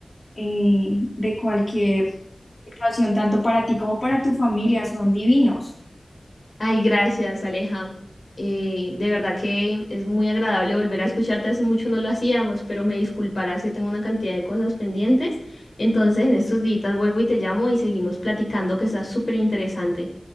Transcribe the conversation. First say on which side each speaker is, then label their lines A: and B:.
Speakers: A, on the left; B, on the left.
A: eh, de cualquier situación, tanto para ti como para tu familia, son divinos.
B: Ay, gracias, Aleja. Eh, de verdad que es muy agradable volver a escucharte. Hace mucho no lo hacíamos, pero me disculparás que tengo una cantidad de cosas pendientes. Entonces, en estos días vuelvo y te llamo y seguimos platicando, que está súper interesante.